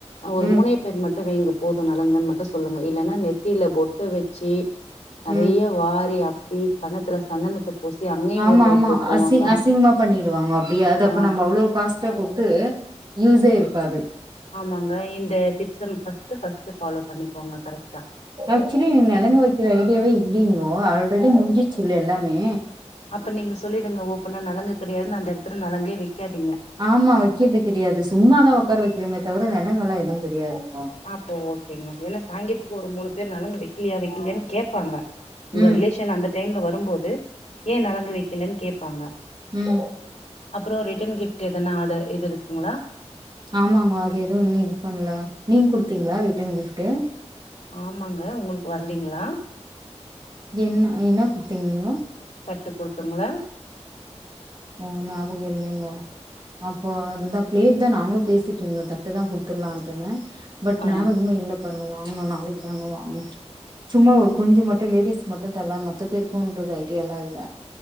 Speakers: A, on the left; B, on the right.
A: ஒரு
B: ம்
A: மூணே பேர் மட்டு வைங்க போது நலுங்கன்னு மட்டு சொல்லுங்க இல்லன்னா நெத்தியில பொட்டு வெச்சு நெறைய
B: ம்
A: வாரி அப்பி கண்ணத்துல சந்தனத்த பூசி அங்கேயு
B: ஆமா
A: பொட்டு
B: ஆமா
A: வச்சு விட்டுருவாங்க
B: அசி அசிங்கமா பண்ணிடுவாங்க அப்டியே அது அப்ப
A: ஆ
B: நம்ம அவ்ளோ காச ச குடுத்து யூஸே இருக்காது
A: ஆமாங்க இந்த tips first first first follow பண்ணிக்கோங்க கரெக்டா
B: ஆக்சுவலி நலுங்கு வைக்கிற ஐடியாவே இல்லைங்கோ ஆல்ரெடி முடிஞ்சிச்சுல்ல எல்லாமே
A: அப்ப நீங்க சொல்லிடுங்க ஓபனா நலங்கு கிடையாதுன்னு அந்த இடத்துல நலங்கே வைக்காதீங்க
B: ஆமா வைக்கிறது கிடையாது சும்மா தா உக்கார வைக்கிறமே தவிர நலங்கு எல்லா எதுவு தெரியாது‌ இப்போ
A: அப்போ ஓகேங்க ஏன்னா சாங்கத்துக்கு ஒரு மூணு பேர் வெக்கலியா வெக்கலையான்னு கேப்பாங்க உங்க
B: ம்
A: ரிலேஷன் அந்த டைம்ல வருபோது ஏ நலங்கு வெக்கலன்னு கேபாங்க
B: உ
A: அப்றோ ரிட்டன் கிஃப்ட் எதன ஆர்டர் இது இருக்குங்களா
B: ஆமாங்க அது எதுவு இன்னு இது பண்ணல நீங்க குடுத்தீங்களா ரிட்டன் கிஃப்ட்டு
A: ஆமாங்க உங்களுக்கு வரலீங்களா
B: என்ன என்ன கொடுத்தீங்க நீங்க
A: தட்டு குடுத்துங்களா
B: ஓ ஞாபக இல்லைங்கோ அப்போ அதுதா பிளேட் தா நாங்களும் பேசிட்டு இருந்தோ தட்டு தா குடுத்துல்லான்ட்டுனு பட்
A: ஆ
B: ஞாபகமே இல்ல பாருங்க வாங்கணு நாளைக்கு தாங்க வாங்கணு சும்மா ஒரு கொஞ்சோ மட்டும் லேடிஸ்க் மட்டும் தர்ல்லா மத்த பேருக்கும்ன்றது ஐடியல்லா இல்ல